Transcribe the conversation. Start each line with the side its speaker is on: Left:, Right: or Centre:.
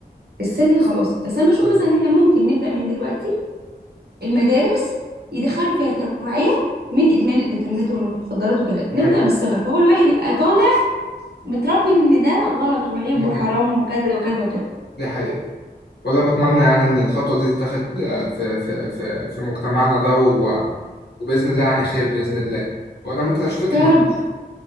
Right: في السن خلاص بس انا بشوف
Left: آه،
Right: مثلا ان احنا ممكن نبدا من دلوقتي المدارس يدخلوا فيها التوعيه من ادمان الانترنت والمخدرات وكده
Left: دي
Right: نبدا
Left: حقيقة
Right: من الصغر فهو الواحد يبقى طالع متربي ان ده غلط وعيب
Left: دي حقيقة
Right: وحرام وكذا وكذا وكذا
Left: دي حقيقة ولا بتمنى يعني إن الخطوة دي تتاخد آه، في في في في مجتمعنا ده و... وبإذن الله يعني خير بإذن الله وأنا ممكن أشوفك
Right: يا
Left: النهاردة
Right: رب